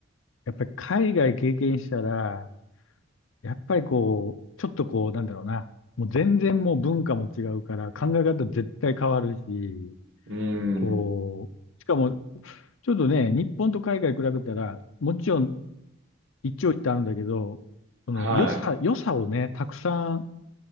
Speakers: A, on the left; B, on the right.
A: やっぱり海外経験したら、やっぱりこう、ちょっとこう、なんだろうな。もう全然もう文化も違うから、考え方絶対変わるし、
B: い。う
A: こう、
B: ん。
A: しかも、ちょっとね、日本と海外比べたら、もちろん一長一短あるんだけど、その良さ、
B: はい。
A: 良さをね、たくさん